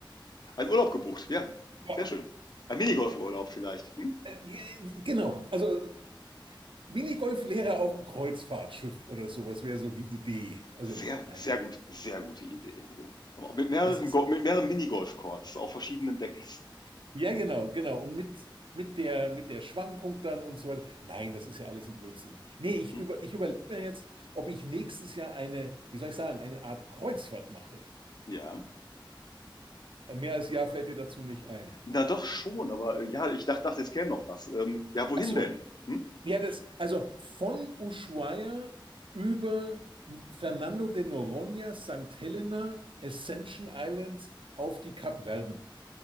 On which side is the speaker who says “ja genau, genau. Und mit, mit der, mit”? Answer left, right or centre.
Right